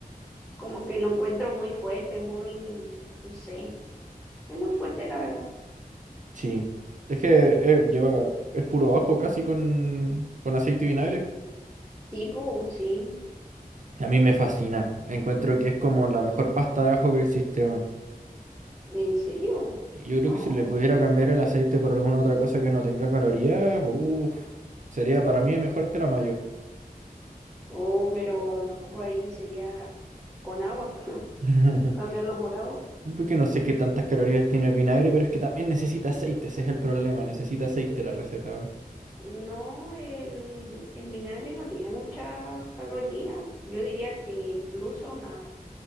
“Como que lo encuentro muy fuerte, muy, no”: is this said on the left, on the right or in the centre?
Centre